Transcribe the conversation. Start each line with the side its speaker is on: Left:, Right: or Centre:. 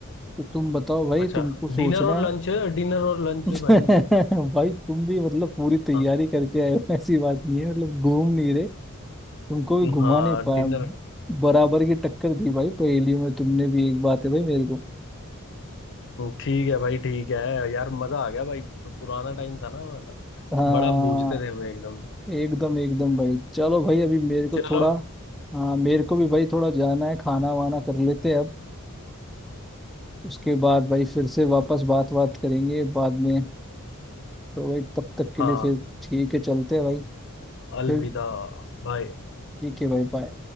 Centre: तो तुम बताओ भाई
Left: अच्छा
Centre: तुमको सोचना
Left: डिनर और लंच
Centre: है
Left: डिनर और लंच
Centre: <laughs>
Left: भाई
Centre: भाई तुम भी मतलब पूरी तैयारी
Left: हाँ
Centre: करके आए हो ऐसी बात नहीं है मतलब घूम नहीं रहे तुमको भी घुमा
Left: हाँ
Centre: नहीं पाया
Left: डिनर
Centre: बराबर की टक्कर दी भाई पहेलियों में तुमने भी एक बात है भाई मेरे को
Left: ठीक है भाई ठीक है यार मजा आ गया भाई पु- पुराना टाइम था ना वाला
Centre: हाँ
Left: बड़ा बूझते थे हम एकदम
Centre: एकदम एकदम भाई चलो भाई अभी मेरे को
Left: चलो
Centre: थोड़ा हाँ मेरे को भी भाई थोड़ा जाना है खाना वाना कर लेते हैं अब उसके बाद भाई फिर से वापस बात बात करेंगे बाद में तो भाई तब तक के
Left: हाँ
Centre: लिए फिर ठीक है चलते हैं भाई
Left: अलविदा
Centre: फिर
Left: बाय
Centre: ठीक है भाई बाय